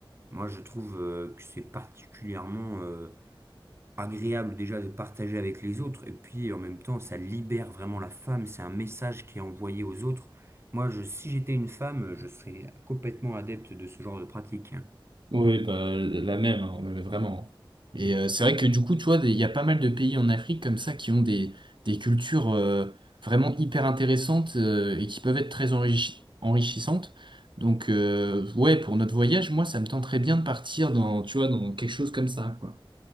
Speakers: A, on the right; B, on the right.
A: moi, je trouve euh, que c'est particulièrement euh, agréable déjà de partager avec les autres et puis en même temps ça libère vraiment la femme, c'est un message qui est envoyé aux autres. Moi, je, si j'étais une femme, je serais complètement adepte de ce genre de pratique. hein.
B: Oui, bah, la même, hein, mais vraiment. Et euh, c'est vrai que du coup, tu vois, des- il y a pas mal de pays en Afrique comme ça qui ont des, des cultures euh, vraiment hyper intéressantes euh, et qui peuvent être très enrichi- enrichissantes. Donc, euh, ouais, pour notre voyage, moi, ça me tenterait bien de partir dans, tu vois, dans quelque chose comme ça, quoi.